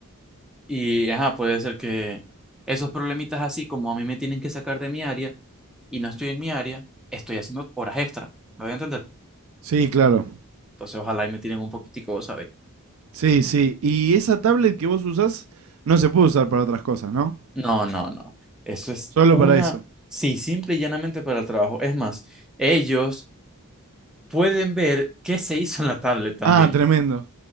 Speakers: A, in the centre; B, on the right.
A: Y ajá, puede ser que esos problemitas así como a mí me tienen que sacar de mi área y no estoy en mi área, estoy haciendo horas extra, ¿me voy a entender?
B: Sí, claro.
A: Entonces ojalá y me tiren un poquitico, ¿sabes?
B: Sí, sí. Y esa tablet que vos usás no se puede usar para otras cosas, ¿no?
A: No, no, no. Eso es
B: Solo
A: una,
B: para eso.
A: sí, simple y llanamente para el trabajo. Es más, ellos pueden ver qué se hizo en la tablet también.
B: Ah, tremendo.